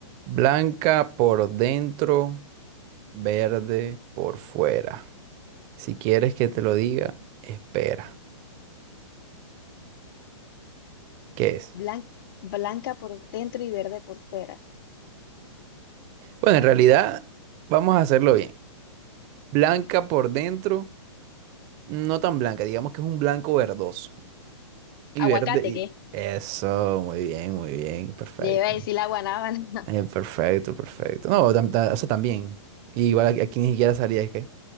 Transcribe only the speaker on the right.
Blanca por dentro, verde por fuera. Si quieres que te lo diga, espera. ¿Qué es?
Bueno, en realidad vamos a hacerlo bien. Blanca por dentro, no tan blanca, digamos que es un blanco verdoso. Y
verde y...
Eso, muy bien, muy bien, perfecto.
Eh, perfecto, perfecto. No, tam- ta- o sea, también. Igual aquí, aquí ni siquiera salía, es que...